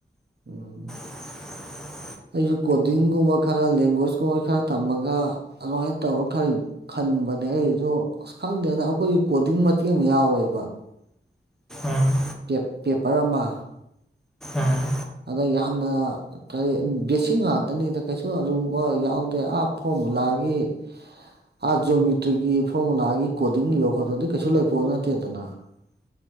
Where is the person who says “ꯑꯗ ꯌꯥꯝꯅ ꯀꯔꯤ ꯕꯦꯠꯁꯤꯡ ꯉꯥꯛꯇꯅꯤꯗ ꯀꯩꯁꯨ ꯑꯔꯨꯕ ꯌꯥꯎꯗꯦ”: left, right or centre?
Right